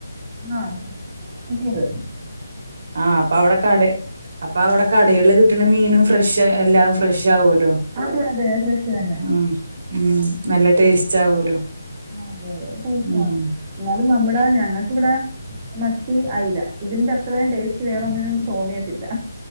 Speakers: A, on the right; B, on the right.
A: ആഹ് കിട്ടീത്
B: ആഹ് അപ്പൊ അവിടെക്കടേം അ അപ്പം അവിടെ കടേല് കിട്ടണ മീനും ഫ്രഷ് എല്ലാം ഫ്രഷ് ഷ് ആവുല്ലോ
A: അതെ അതെ ഫ്രഷ് തന്നെ
B: ആഹ് ഉം നല്ല ടേസ്റ്റ് ആവൂലോ
A: ആ അതെ അതെ ടേസ്റ്റ്
B: ഉം
A: ആണ് എന്നാലും നമ്മടെ ഞങ്ങൾക്കിവിടെ മത്തി അയില ഇതിന്റെ അത്രയും ടേസ്റ്റ് വേറൊന്നിനും തോന്നിയിട്ടില്ല